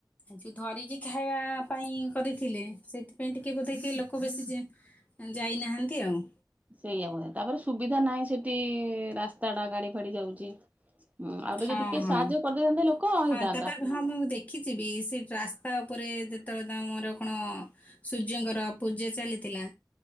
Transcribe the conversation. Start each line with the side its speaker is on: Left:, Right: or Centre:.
Left: ଯୋଉ ଧରିକି ଖାଇବା ପାଇଁ କରିଥିଲେ ସେଇଥିପାଇଁ ଟିକେ ବୋଧେ କେହି ଲୋକ ବେଶୀ ଯେ ଯାଇନାହାନ୍ତି ଆଉ।
Right: ସେଇଆବା ତାପରେ ସୁବିଧା ନାହିଁ ସେଠି ରାସ୍ତା ଟା ଗାଡି ଫାଡି ଯାଉଛି। ହୁଁ ଆଉ ଗୋଟେ
Left: ହଁ
Right: ଟିକେ ଟିକେ
Left: ହଁ
Right: ସାହାଯ୍ୟ କରିଦେଇଥାନ୍ତେ ଲୋକ ହେଇଥାନ୍ତା
Left: ହଁ ତାପରେ ହଁ ମୁଁ ଦେଖିଛିିବି ସେ ରାସ୍ତା ଉପରେ ଯେତେବେଳେ ତା ମୋର କଣ ସୂର୍ଯ୍ୟଙ୍କର ପୂଜା ଚାଲିଥିଲା।